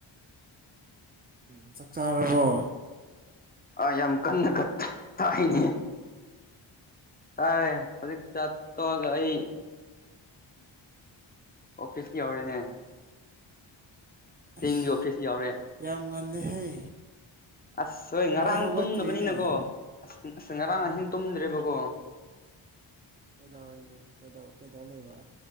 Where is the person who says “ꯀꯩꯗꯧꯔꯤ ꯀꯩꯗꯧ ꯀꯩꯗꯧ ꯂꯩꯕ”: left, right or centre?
Right